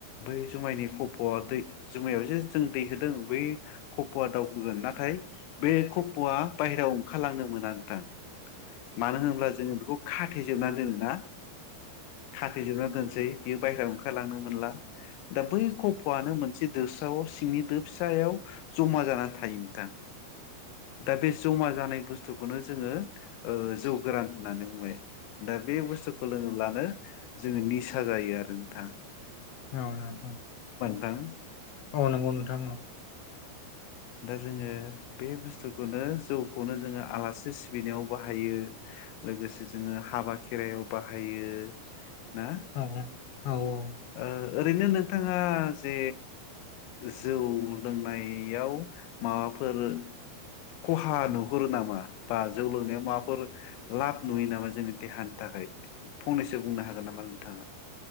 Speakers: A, on the left (about 90°); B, on the left (about 65°).
A: बै जुमायनि खफ'आ दै जुमायाव जे जों दैहोदों बै खफ'आ दाउ खोगोन नाथाय बे खफ'आ बायेरायाव ओंखारलांनो मोना नोंथां। मानो होनोब्ला जोङो बेखौ खाथेजोबना दोनोना। खाथेजोबना दोनसै बियो बायहेरायाव ओंखारलांनो मोनला। दा बै खफ'आनो मोनसे दोस्राव सिंनि दो फिसायाव जमा जाना थायो‌ नोंथां दा बे जमा जानाय बुस बुस्थुखौनो जोङो जौ गोरान होननानै बुंबाय दा बे बुस्थुखौ लोङोब्लानो जोङो निसा जायो आरो नोंथां।
B: औ नोंथां।
A: ह <inaudible>
B: नंगौ औ
A: दा जोङो बे बुस्थु बुस्थुखौनो जौखौनो जोङो आलासि सिबिनायाव बाहायो लोगोसे जोङो हाबा खेरायाव बाहायो। ना
B: औ औ औ।
A: ओ ओरैनो नोंथाङा जे। जौ लोंनायाव माबाफोर खहा नुहुरो नामा बा जौ लोंनायाव माबाफोर लाब नुयो नामा जोंनि देहानि थाखाय। फंनैसो बुंनो हागोन नामा नोंथाङा।